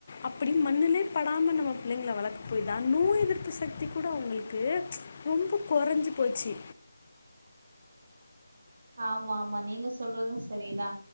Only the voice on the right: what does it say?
ஆமா ஆமா நீங்க சொல்றது செரிதா